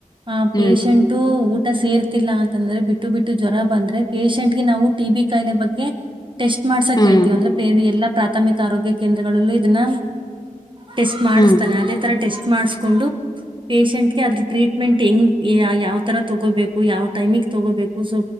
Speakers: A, on the right; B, on the left.
A: ಹ
B: ಹ್ಮ್
A: ಪೇಶಂಟು ಊ ಸೇರ್ತಿಲ್ಲ ಅಂತಂದ್ರೆ ಬಿಟ್ಟು ಬಿಟ್ಟು ಜ್ವರ ಬಂದ್ರೆ ಪೇೇಶಂಟ್ಗೆ ನಾವು ಟಿ ಬಿಿ ಕಾಯಿಲೆ ಬಗ್ಗೆ ಟೆಸ್ಟ್ ಮಾಡ್ಸಾ
B: ಹ್ಮ್
A: ಕೇಳ್ತೀವ ಅಂದ್ರೆ ಪ ಎಲ್ಲಾ ಪ್ರಾಥಮಿಕ ಆರೋಗ್ಯ ಕೇಂದ್ರಗಳಲ್ಲೂ ಇದನ್ನ ಟೆಸ್ಟ್ ಮಾಡಿಸ್ತಾರೆ
B: ಹ್ಮ್
A: ಅದೇ ತರ ಟೆಸ್ಟ್ ಮಾಡ್ಸ್ ಕೊಂಡು ಪೇಶಷೆಂಟ್ಗೆ ಅದ್ರ ಟ್ರೀಟ್ಮೆಂಟ್ ಹೆಂಗ್ ಯಾವ ತರ ತೊಗೋಬೇಕು ಯಾವ ಟೈಮಿಗೆ ತಗೋಬೇಕು ಸೊ